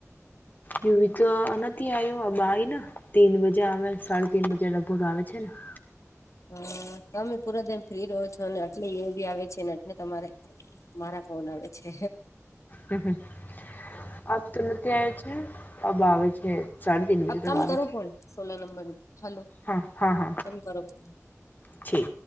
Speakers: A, on the left (about 35°); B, on the left (about 70°).
A: યુવી તો નથી આઈવો, બા આવી ને, તીન બજે આવે, સાડા તીન બજે, લગભગ આવે છે ને.
B: હા, તમે પુરા દિન ફ્રી રહો છો, અને આટલી યુવી આવે છે ને, એટલે તમારે મારા ફોન આવે છે‌.
A: હમ્મ, હ, આપતો નથી આવ છે. અબ આવ આવેે છે, સાઢે તીન બજે
B: અ
A: તક
B: તમે
A: આવેે
B: કરો
A: છે.
B: કોણ સોલા નંબર હલો.
A: હા, હા, હા,
B: તમે કરો ફોન
A: છે.